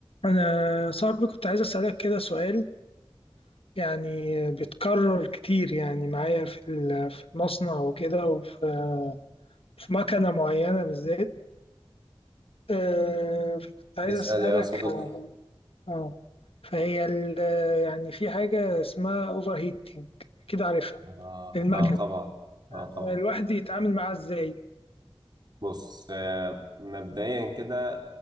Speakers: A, on the left; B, on the right.
A: أنا صاحبي كنت عايز أسألك كده سؤال يعني بيتكرر كتير يعني معايا في ال- في المصنع وكده وفي في مكنة معينة بالذات آه، فكنت عايز
B: اسأل
A: أسألك
B: يا صديقي
A: على- اه فهي ال- يعني في حاجة اسمها أوفر هيتنج أكيد عارفها
B: آه,
A: المكنة
B: آه طبعا آه طبعا
A: آه، الواحد يتعامل معاها إزاي
B: بص آه مبدئيا كده